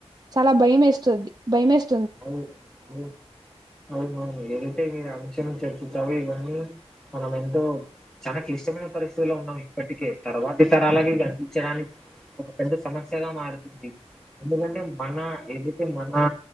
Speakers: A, on the right; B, in the centre.
A: చాలా భయం మేస్తది భయ మేస్
B: అవు అవు అవునవును ఏటే మీదా <unintelligible> క్షణ క్షణం చెప్పుతావు గానీ మనం ఎంతో చాలా క్లిష్టమైన పరిస్థితిలో ఉన్నాం ఇప్పటికే తర్వాతి తరాలకి కనిపించడానికి ఒక పెద్ద సమస్యగా మారుతుంది ఎందుకంటే మన ఎదుటి మనా